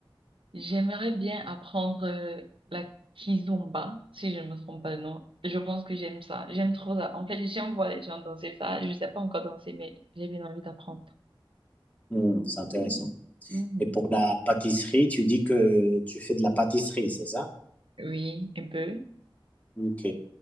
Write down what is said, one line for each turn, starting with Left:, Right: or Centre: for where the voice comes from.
Right: j'aimerais bien apprendre euh, la kizomba, si je ne me trompe pas de nom. Je pense que j'aime ça. J'aime trop ça. En fait, j'aime voir les gens danser ça. Je ne sais pas encore danser, mais j'ai bien envie d'apprendre.
Left: Hmm, c'est intéressant.
Right: Mhm.
Left: Et pour la pâtisserie, tu dis que tu fais de la pâtisserie, c'est ça?
Right: Oui, un peu.
Left: Ok.